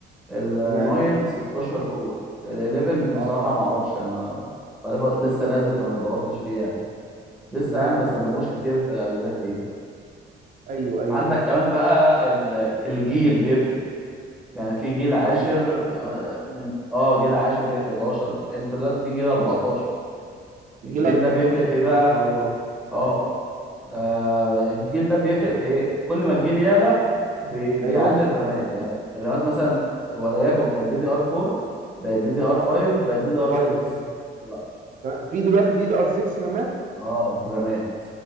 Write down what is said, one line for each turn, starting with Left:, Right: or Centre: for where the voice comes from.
Centre: ال
Right: تمام
Centre: 9 16 كور ال 11 بصراحه
Right: اه
Centre: ما اعرفش يعني، انا بقالي فت- لسه نازل فانا ما دورتش فيه يعني لسه
Right: تمام
Centre: يعني ما استخدموش كتير في اجهزه كتير
Right: ايوه ايوه
Centre: عندك كمان بقى ال- الجيل بيفرق يعني في جيل
Right: الجيل
Centre: عاشر من اه جيل عاشر جيل 11 انت دلوقتي في جيل 14
Right: الجيل
Centre: الجيل
Right: 14
Centre: ده بيفرق في ايه بقى
Right: ما شاء الله
Centre: اه آه، الجيل ده بيفرق في ايه كل ما الجيل يعلى بي... بيعلي
Right: ايوه
Centre: الرامات يعني الرامات مثلا وليكن كانت دي دي ار 4 بقت دي دي ار 5
Right: اه
Centre: بقت دي دي ار
Right: 5
Centre: 6 دلوقتي
Right: تمام في دلوقتي دي دي ار 6 رامات
Centre: اه الرامات